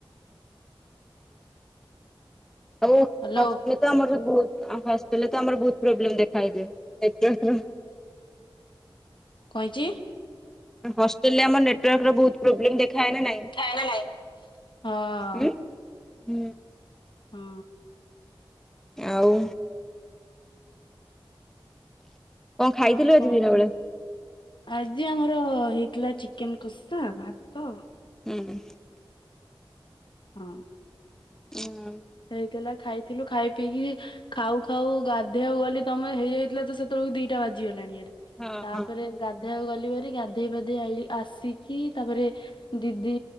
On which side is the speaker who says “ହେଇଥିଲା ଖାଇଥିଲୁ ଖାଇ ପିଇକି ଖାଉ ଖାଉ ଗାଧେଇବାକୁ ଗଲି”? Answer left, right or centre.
Left